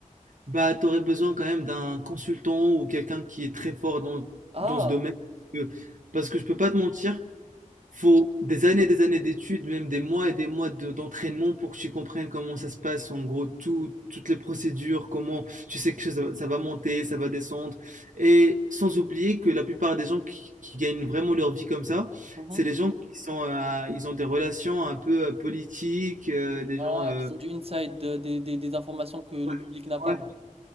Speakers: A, on the right; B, on the right.
A: Bah, tu aurais besoin quand même d'un consultant ou quelqu'un qui est très fort dans,
B: Ah,
A: dans ce domaine. Parce que, parce que je peux pas te mentir, faut des années et des années d'études, même des mois et des mois de- d'entraînement pour que tu comprennes comment ça se passe, en gros, tout, toutes les procédures, comment tu sais que ça, ça va monter, ça va descendre. Et sans oublier que la plupart des gens qui, qui gagnent vraiment leur vie comme ça,
B: mhm.
A: c'est les gens qui sont, euh, ils ont des relations un peu euh, politiques, euh, des
B: Ah,
A: gens... euh,
B: qu'ils ont du inside, de- des, des, des informations que le
A: ouais,
B: public n'a pas,
A: ouais.
B: quoi.